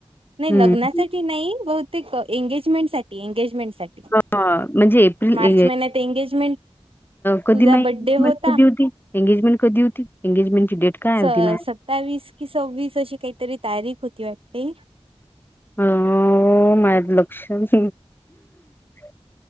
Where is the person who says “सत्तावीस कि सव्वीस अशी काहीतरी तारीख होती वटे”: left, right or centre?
Right